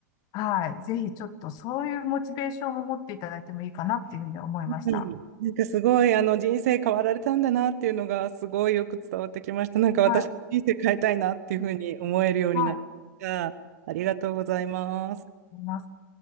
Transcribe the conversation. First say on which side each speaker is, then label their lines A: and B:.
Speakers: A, on the left; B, on the right.
A: はい。ぜひちょっとそういうモチベーションを持っていただいてもいいかなっていうふうに思いました。
B: うん、なんかすごいあの人生変わられたんだなっていうのがすごいよく伝わってきました。なんか私人生変えたいなっていうふうに思えるようになりました。
A: はい。はい。
B: ありがとうございます。
A: 思います